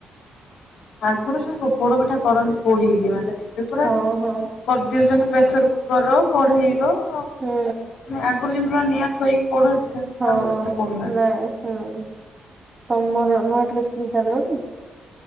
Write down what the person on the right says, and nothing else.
ହଁ ହଁ
ହୁଁ
ହଁ,
ନାଇଁ। ହୁଁ। ତମର ନୂଆ ଡ୍ରେସ କିଣି ସାରିଲଣି?